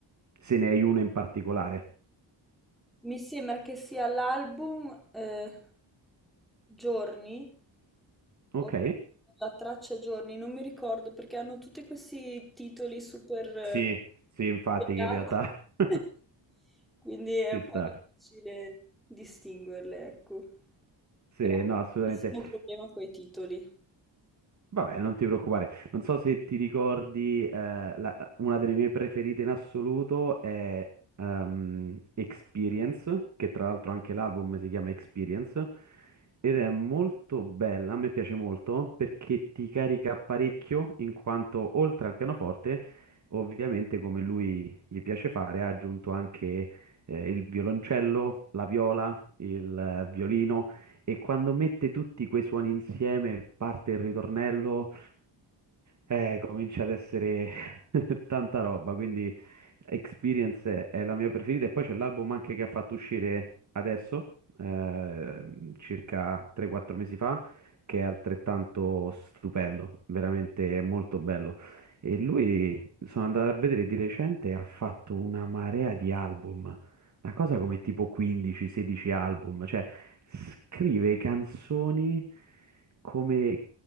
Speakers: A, on the right; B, in the centre.
A: Se ne hai uno in particolare.
B: mi sembra che sia l'album eh, Giorni, o
A: Ok?
B: la traccia Giorni, non mi ricordo perché hanno tutti questi titoli super eh,
A: Sì, sì, infatti
B: legati,
A: che in realtà <laughs>
B: <laughs> quindi è
A: ci
B: un po'
A: sta.
B: difficile distinguerle, ecco.
A: Sì,
B: E ho un
A: no, assolutamente.
B: grandissimo problema con i titoli.
A: Vabbè, non ti preoccupare. Non so se ti ricordi, eh, la- una delle mie preferite in assoluto è ehm, Experience, che tra l'altro anche l'album si chiama Experience, ed è molto bella, a me piace molto perché ti carica parecchio in quanto oltre al pianoforte, ovviamente come lui gli piace fare, ha aggiunto anche eh, il violoncello, la viola, il eh, violino. E quando mette tutti quei suoni insieme, parte il ritornello, eh, comincia ad essere <laughs> tanta roba. Quindi Experience è la mia preferita. E poi c'è l'album anche che ha fatto uscire adesso, eh, circa 3-4 mesi fa, che è altrettanto stupendo, veramente molto bello. E lui, sono andato a vedere di recente, ha fatto una marea di album. Una cosa come tipo 15-16 album, cioè scrive canzoni come,